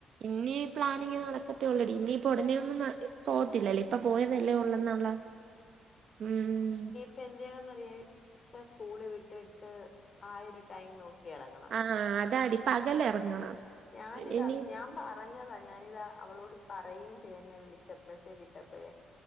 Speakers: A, on the right (about 65°); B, on the left (about 40°).
A: ഇനി പ്ലാനിങ്ങ് നടക്കത്തോളേടി ഇനിയിപ്പോ ഉടേനൊന്നും പോവത്തില്ലല്ല്. ഇപ്പ പോയതല്ലേ
B: പോവത്തില്ല
A: ഉള്ളെന്നൊള്ള ഉം.
B: ഇപ്പ എന്ത് ചെയ്യണെന്നറിയേ ഇപ്പ സ്കൂള് വിട്ടിട്ട് ആഹ് ഒരു ടൈം നോക്കിയെറങ്ങണം.
A: ആഹ് അതാടി പകലെറങ്ങണം.
B: ഞാനിതന്ന
A: ഇനി
B: ഞാൻ പറ ഞ്ഞതാ ഞാനിത് അവളോട് പറയുകയും ചെയ്ത് എന്നെ വിളിച്ചപ്പ മെസ്സേജ് ഇട്ടപ്പഴേ.